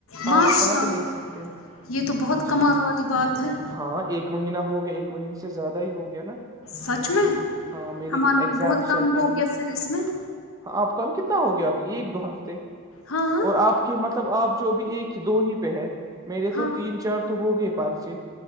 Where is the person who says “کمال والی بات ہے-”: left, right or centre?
Left